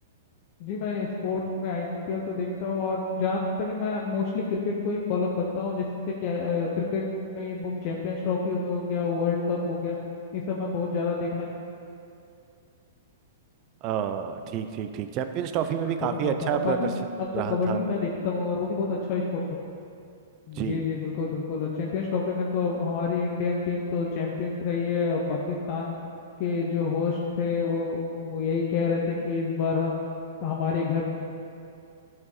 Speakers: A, on the left (about 45°); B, on the right (about 40°).
A: जी मैं स्पोर्ट्स में आईपीएल तो देखता हूँ और जहाँ तक है मैं मोस्टली क्रिकेट को ही फॉलो करता हूँ जैसे कि अ, क्रिकेट में ही वो चैंपियंस ट्रॉफी हो गया वर्ल्ड कप हो गया ये सब मैं बहुत ज़्यादा देखना
B: अ, ठीक ठीक ठीक चैंपियंस ट्रॉफी में भी
A: पसंद
B: काफी
A: करता
B: अच्छा
A: हूँ और
B: प्रदर्शन
A: बाकी अब
B: रहा
A: तो कबड्डी
B: था
A: भी मैं देखता हूँ और वो भी बहुत अच्छा स्पोर्ट्स
B: जी
A: जी जी बिल्कुल बिल्कुल और चैंपियंस ट्रॉफी में तो अब हमारी इंडियन टीम तो चैंपियंस रही है और पाकिस्तान के जो होस्ट थे वो, वो यही कह रहे थे कि इस बार हम हमारे घर